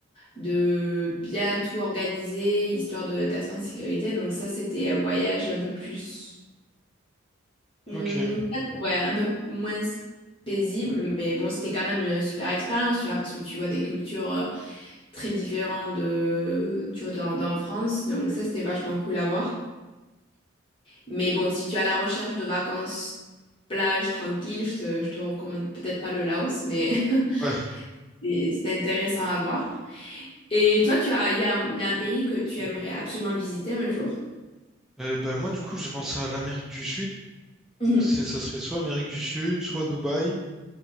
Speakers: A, on the left; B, in the centre.
A: de bien tout organiser, histoire de- d'être en sécurité. Donc ça, c'était un voyage un peu plus Hmm,
B: ok.
A: ouais, un peu moins paisible, mais bon, c'était quand même une super expérience, tu vois, parce que tu vois des cultures euh, très différentes de, tu vois, dans, dans France, donc ça, c'était vachement cool à voir. Mais bon, si tu es à la recherche de vacances plage tranquille, je te, je te recommande peut-être pas le Laos, mais
B: Ouais.
A: <laughs> c'est- c'était intéressant à voir. Et toi, tu as, il y a, un- il y a un pays que tu aimerais absolument visiter un jour?
B: Euh, ben, moi, du coup, j'ai pensé à l'Amérique du Sud.
A: Mhm.
B: Donc c'est- ça serait soit Amérique du Sud, soit Dubaï,